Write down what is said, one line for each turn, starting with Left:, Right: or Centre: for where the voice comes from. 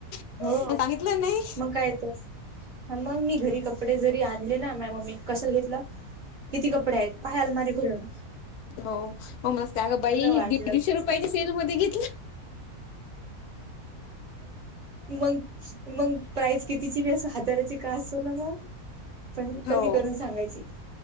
Left: घेतलं?
Right: हो
Left: सांगितलं नाही
Right: मग काय येत मग मी घरी कप कपडे जरी आणले ना माय मम्मी कशाला घेतलं किती कपडे आहेत पाहाय अलमारी खुलून.
Left: हो मग मस्त अगं बाई
Right: वाटलं
Left: दीडशे
Right: घेतलं
Left: रुपयाच्या सेल मध्ये घेतलं.
Right: मग मग प्राईज कितीची बी अस हजाराची. का असो ना मग पण
Left: हो
Right: कमी करून सांगायची.